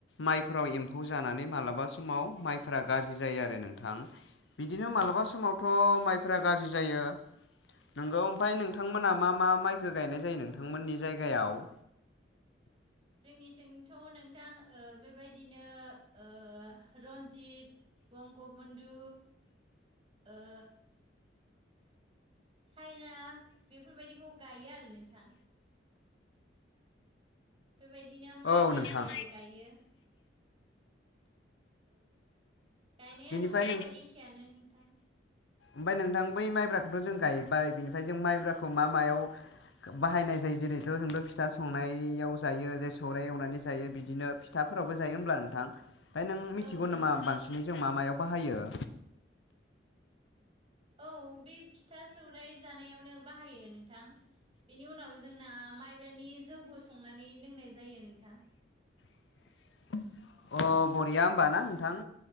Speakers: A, on the left; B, on the right.
A: माइफोराव एम्फौ जानानै मालाबा समाव माइफोरा गाज्रि जायो आरो नोंथां। बिदिनो मालाबा समावथ' माइफोरा गाज्रि जायो। नोंगौ। ओमफ्राय नोंथांमोना मा मा माइखौ गायनाय जायो नोंथांमोननि जायगायाव?
B: जोंनिथिंथ' नोंथां बेबायदिनो ओ रन्जित, बंगबन्धु, ओ साइना बेफोरबायदिखौ गायो आरो नोंथां। बेबायदिनो माइब्राबो
A: औ नोंथां।
B: गायो। औ। गायनाय
A: बिनिफ्राय
B: आदबाथ' एखेयानो नोंथां
A: ओमफाय नोंथां बै माइब्राखौथ' जों गायबाय बिनिफ्राय जों माइब्राखौ मा मायाव बाहायनाय जायो जेरैथ' जोंथ' फिथा सौनायाव जायो जे सौराय एवनानै जायो बिदिनो फिथाफोरावबो जायो होमब्ला नोंथां ओमफ्राय नों मिथिगौ
B: औ नोंथां
A: नामा बांसिनै जों मा मायाव बाहायो
B: औ बे फिथा सौराइ जानायावनो बाहायो नोंथां बेनि उनाव जोंना माइब्रानि जौबो संनानै लोंनाय जायो नोंथां
A: <inaudible> अह बरिया होमबाना नोंथां?